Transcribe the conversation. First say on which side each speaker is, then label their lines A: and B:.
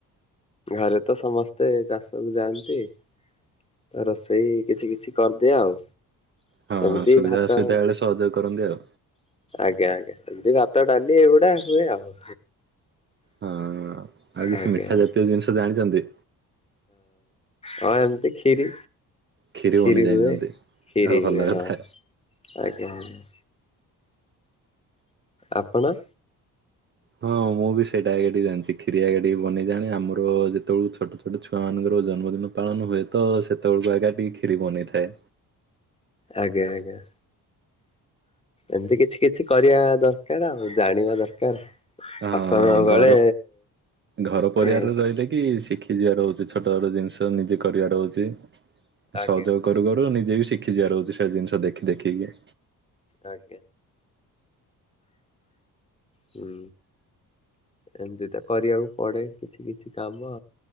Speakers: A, on the left; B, on the right.
A: ଘରେ ତ ସମସ୍ତେ ଚାଷକୁ ଯାଆନ୍ତି। ତ ରୋଷେଇ କିଛି କିଛି କରିଦିଏ ଆଉ‌।
B: ହଁ
A: ଏମିତି
B: ସୁବିଧା
A: ଭାତ
B: ଅସୁବିଧା ବେଳେ ସହଯୋଗ କରନ୍ତି ଆଉ।
A: ଆଜ୍ଞା ଆଜ୍ଞା। ଏମିତି ଭାତ ଡ଼ାଲି ଏଗୁଡା ହୁଏ ଆଉ।
B: ହଁ ଆଉ କିଛି
A: ଆଜ୍ଞା
B: ମିଠା
A: ଆଜ୍ଞା
B: ଜାତୀୟ ଜିନିଷ ଜାଣିଛନ୍ତି।
A: ହଁ ଏମତି ଖିରି।
B: କ୍ଷୀରି ବନେଇ
A: ଖିରି
B: ଜାଣିଛନ୍ତି
A: ହୁଏ ଖିରି
B: ଆଉ ଭଲ
A: ହୁଏ
B: କଥା।
A: ହଁ ଆଜ୍ଞା ଆଜ୍ଞା। ଆପଣ।
B: ହଁ ମୁଁ ବି ସେଇଟା ଆଜ୍ଞା ଟିକେ ଜାଣିଛି ଖିରି ଆଜ୍ଞା ଟିକେ ବନେଇ ଜାଣେ ଆମର ଯେତେବେଳୁ ଛୋଟ ଛୋଟ ଛୁଆ ମାନଙ୍କର ଜନ୍ମଦିନ ପାଳନ ହୁଏ ତ ସେତେବେଳକୁ ଆଜ୍ଞା ଟିକେ କ୍ଷୀରି ବନେଇଥାଏ।
A: ଆଜ୍ଞା ଆଜ୍ଞା। ଏମିତି କିଛି କିଛି କରିବା ଦରକାର ଆଉ ଜାଣିବା ଦରକାର।
B: ହଁ
A: ଅସମୟ ବେଳେ
B: ଘର ଘର ପରିବାରରେ
A: ଏ
B: ରହିଲେ କି ଶିଖି ଯିବାରହୁ ଛୋଟ ଛୋଟ ଜିନିଷ ନିଜେ କରିବା ରହୁଛି।
A: ଆଜ୍ଞା
B: ସହଯୋଗ କରୁ କରୁ ନିଜେ ବି ଶିଖି ଯିବା ରହୁଛି ସେ ଜିନିଷ ଦେଖି ଦେଖିକି।
A: ଆଜ୍ଞା ହୁଁ। ଏମିତି ତ କରିବାକୁ ପଡ଼େ କିଛି କିଛି କାମ।